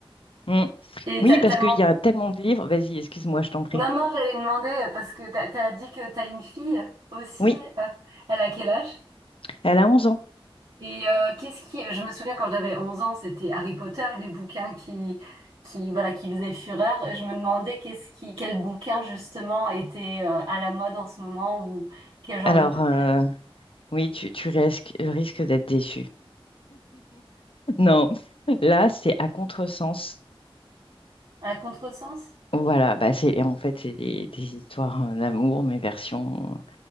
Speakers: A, on the left; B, on the right.
A: Mm.
B: Et
A: Oui,
B: t'as,
A: parce
B: t'as
A: qu'il
B: men-
A: y a tellement de livres. Vas-y, excuse-moi, je t'en prie.
B: Non, non, j'allais demander parce que t'as, t'as dit que t'as une fille aussi.
A: Oui.
B: euh, Elle a quel âge?
A: Elle a 11 ans.
B: Et euh, qu'est-ce qui... Je me souviens quand j'avais 11 ans, c'était Harry Potter, les bouquins qui, qui, voilà, qui faisaient fureur. Et Je me demandais qu'est-ce qui, quel bouquin justement était euh, à la mode en ce moment ou quel genre
A: Alors,
B: de bouquin
A: euh,
B: à lire.
A: oui, tu, tu risques, risques d'être déçu. Non, là, c'est à contresens.
B: À contresens?
A: Voilà, bah c'est en fait c'est des, des histoires euh, d'amour, mais version